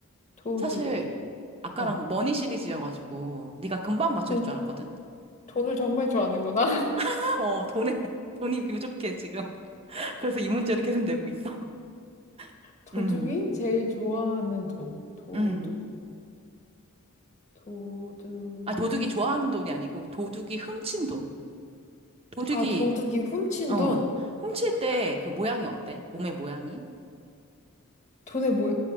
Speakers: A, on the left (about 30°); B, on the right (about 25°).
A: 도둑이.
B: 사실, 아까랑
A: 어.
B: 머니 시리즈여가지고, 네가 금방 맞출
A: 도,
B: 줄 알았거든?
A: 돈을 정말 좋아하는구나. <laughs>
B: <laughs> 어, 돈에, 돈이 부족해, 지금. <laughs> 그래서 이 문제를 계속 내고 있어. <laughs>
A: 도둑이
B: 음,
A: 제일 좋아하는 돈. 도둑이.
B: 음.
A: 도둑이
B: 아, 도둑이 좋아하는
A: 제일.
B: 돈이 아니고, 도둑이 훔친 돈. 도둑이
A: 아, 도둑이 훔친
B: 어.
A: 돈.
B: 훔칠 때 그 모양이 어때? 몸의 모양이?
A: 돈의 모